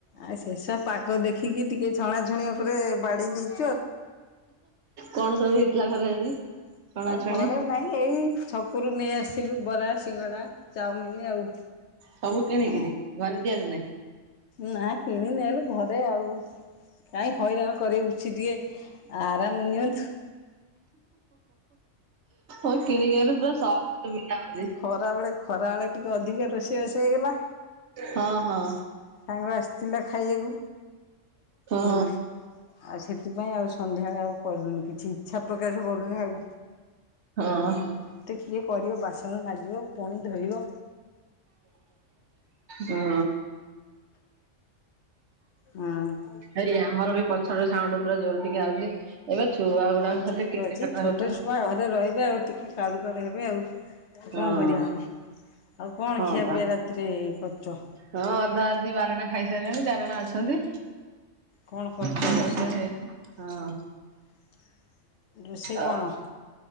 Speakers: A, on the left; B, on the right.
A: ଆ ଶେଷ ପାଗ ଦେଖିକି ଟିକେ ଛଣା ଛୁଣି ଉପରେ ବାଡେଇ ଦେଇ
B: କଣ ସବୁ ହେଇଥିଲା ଘରେ ଆଜି? ଛଣାଛଣି
A: ଘରେ ନାଇଁ ଏଇ ଛକରୁ ନେଇ ଆସିଥିଲୁ ବରା ସିଙ୍ଗଡା ଚାଓମିନ ଆଉ
B: ସବୁ କିଣିକିରି
A: ହଁ।
B: ଘରେ ତିଆରି ନାହିଁ
A: ନା କିଣି ନେଆଲୁ ଘରେ ଆଉ। କାଇଁ ହଇରାଣ କରିଛି ଟିକେ ଆରାମ ନିଅନ୍ତୁ।
B: ଓ କିିଣିକି ଅଇଲେ <unintelligible>
A: ଖରାବେେଳେ ଖରାବେେଳେ ଟିକେ ଅଧିକା ରୋଷେଇବାଷ ହେଇଗଲା।
B: ହଁ ହଁ
A: ସାଙ୍ଗ ଆସିଥିଲା ଖାଇବାକୁ
B: ହଁ
A: ହୁଁ। ଆଉ ସେଥିପାଇଁ ଆଉ ସନ୍ଧ୍ୟାରେ ଆଉ କଲୁନି କିଛି ଇଚ୍ଛା ପ୍ରକାଶ କଲୁନି ଆଉ।
B: ହଁ।
A: ଏତେ କିଏ କରିବ ବାସନ ମାଜିବ ପୁଣି ଧୋଇବ
B: ହୁଁ।
A: ହୁଁ।
B: ଏଇ ଆମର ବି ପଛ ସାଉଣ୍ଡୁ ପୁରା ଜୋର ଟିକେ ଆଉଛି ଏବେ ଛୁଆ ଗୁଡାକ
A: ହଁ ଠିକ୍
B: ଖାଲି ଟିକେ
A: ଅଛି
B: କଟ
A: ଛୋଟ
B: ହଉ
A: ଛୁଆ ରହିବେ ଆଉ ଟିକେ କାରୁ କାରୁ ହେବେ ଆଉ।
B: ହଁ
A: ଆଉ କଣ କରିବା ଆମେ ଆଉ କଣ
B: ହଁ
A: ଖିଆ
B: ପା
A: ପିଆ ରାତିରେ କରୁଚ?
B: ହଁ ଅଧା ଅଧି ବାରଣା ଖାଇସାରିଲେଣି ଚାରଣ ଅଛନ୍ତି।
A: କଣ କରିଚ
B: ଖିଆ
A: ରୋଷେଇ
B: ପିଆ ହେଇନି। ହଁ
A: ରୋଷେଇ
B: ଆଉ
A: କଣ?